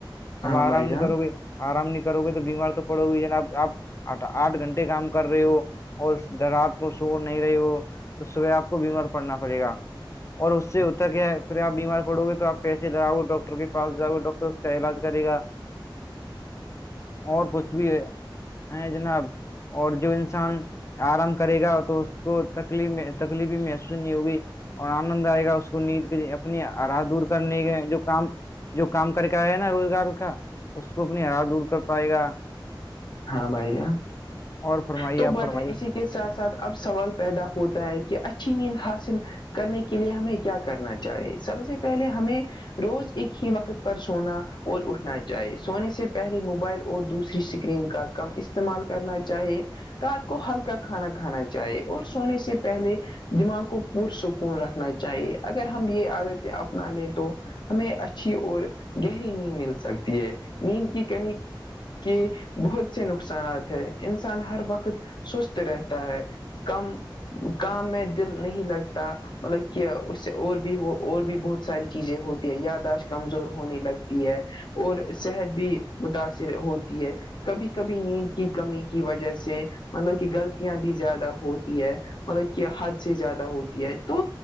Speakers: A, on the left; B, on the left.
A: <inaudible>
B: ہاں
A: اب آرام
B: بھائی
A: نہیں
B: جان
A: کرو گے آرام نہیں کرو گے تو بیمار تو پڑو گی جناب آپ آٹ آٹھ گھنٹے کام کر رہے ہو اور در رات کو سو نہیں رہی ہو تو صبح آپ کو بیمار پڑنا پڑے گا اور اس سے ہوتا کیا پھر آپ بیمار پڑو گے تو آپ پیسے لگاؤ گے ڈاکٹر کے پاس جاؤ گے ڈاکٹر اس کا علاج کرے گا اور کچھ بھی ہے ہے جناب اور جو انسان آرام کرے گا تو کو تکلیف میں تکلیف ہی محسوس ہوگی اور آنند آئے گا اس کو نیند کے اپنی رات دور کرنے کے جو کام جو کام کر کے آیا نا روزگار کا اس کو اپنی ہرا دور کر پائے گا
B: ہاں بھائی جان
A: اور فرمائیے
B: تو
A: آپ
B: بھائی
A: فرمائی
B: جان اسی اسی کے ساتھ ساتھ اب سوال پیدا ہوتا ہے کہ اچھی نیند حاصل کرنے کے لیے ہمیں کیا کرنا چاہیے سب سے پہلے ہمیں روز ایک ہی وقت پر سونا اور اٹھنا چاہے سونے سے پہلے موبائل اور دوسری اسکرین کا کم استعمال کرنا چاہیے رات کو ہلکا کھانا کھانا چاہے اور سونے سے پہلے دماغ کو پر سکون رکھنا چاہیے اگر ہم یہ عادتیں اپنا لیں تو ہمیں اچھی اور گہری نیند مل سکتی ہے نیند کی کمی کہ بہت سے نقصانات ہیں انسان ہر وقت سست رہتا ہے کم کام میں دل نہیں لگتا مطلب کہ اس سے اور بھی ہو اور بھی بہت ساری چیزیں ہوتی ہے یاداشت کمزور ہونے لگتی ہے اور صحت بھی متاثر ہوتی ہے کبھی کبھی نیند کی کمی کی وجہ سے مطلب کہ غلطیاں بھی زیادہ ہوتی ہے مطلب کہ حد سے زیادہ ہوتی ہے تو